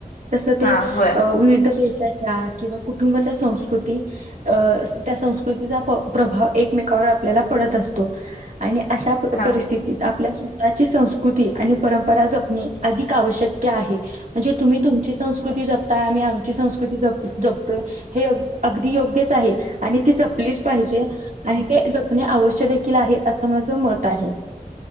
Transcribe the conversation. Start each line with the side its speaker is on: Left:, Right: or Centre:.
Right: तस ते
Left: हा होय
Right: विविध देशाच्या किंवा कुटुंबाच्या संस्कृती अ त्या संस्कृतीचा प्रभाव एकमेकावर आपल्याला पड पडत असतो आणि अशा
Left: हा
Right: परिस्थितीत
Left: हा
Right: आपल्या स्वतःची संस्कृती आणि परंपरा जपणे अधिक आवश्यक, आहे म्हणजे तुम्ही तुम ची संस्कृती जपताय आम्ही आमची संस्कृती ज जपतोय हे अगदी योग्यच आहे. आणि ती जपलीच पाहिजे, आणि ते जपणे आवश्य देखील आहे. असं माझ मत आहे